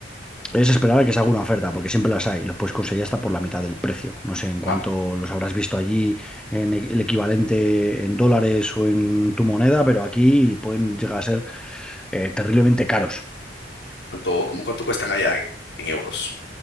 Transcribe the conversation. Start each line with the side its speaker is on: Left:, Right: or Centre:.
Centre: Es esperar a que se haga una oferta, porque siempre las hay. Los puedes conseguir hasta por la mitad del precio. No sé en cuánto
Left: ah,
Centre: los habrás visto allí en e- el equivalente en dólares o en tu moneda, pero aquí pueden llegar a ser eh, terriblemente caros.
Left: ¿cuánto, cómo cuánto cuestan allá en, en euros?